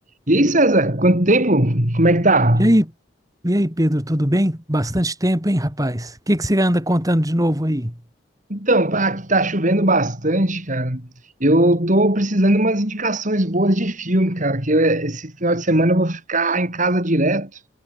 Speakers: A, on the right; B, on the right.
A: E aí, César, quanto tempo? Como é que tá?
B: E aí, e aí, Pedro, tudo bem? Bastante tempo, hein, rapaz? O que que você anda contando de novo aí?
A: Então, pá, aqui tá chovendo bastante, cara. Eu tô precisando de umas indicações boas de filme, cara, que eu- esse final de semana eu vou ficar em casa direto.